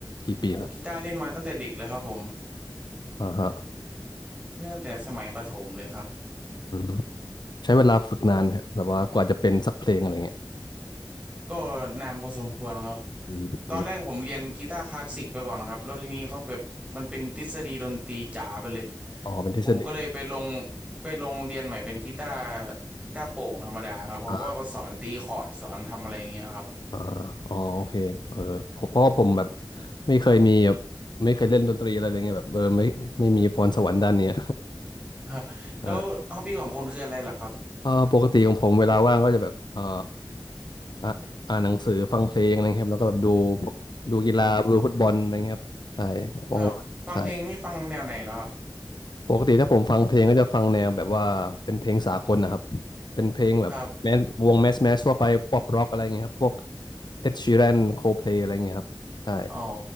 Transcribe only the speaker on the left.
กี่ปีแล้ว
อ่าฮะ
อืมใช้เวลาฝึกนานไหมฮะแบบว่ากว่าจะเป็นสักเพลงอะไรเงี้ย
อืมอืม
อ๋อเป็นทฤษฎี
อ่าอ่าอ๋อโอเคเออผมเพราะว่าผมแบบไม่เคยมีแบบไม่เคยเล่นดนตรีอะไรเลยไงแบบเออไม่ไม่มีพรสวรรค์ด้านเนี้ย
<laughs> เออ เอ่อปกติของผมเวลาว่างก็จะแบบเอ่ออ่าอ่านหนังสือฟังเพลงอะไรครับแล้วก็แบบดูพวกดูกีฬาดูฟุตบอลอะไรเงี้ยครับใช่ว่างๆใช่
ปกติถ้าผมฟังเพลงก็จะฟังแนวแบบว่าเป็นเพลงสากลนะครับเป็นเพลงแบบแมสวงแมสแมสทั่วไปป๊อปร็อกอะไรเงี้ยครับพวก
เอ็ดชีแรนโคเพลอะไรเงี้ยครับใช่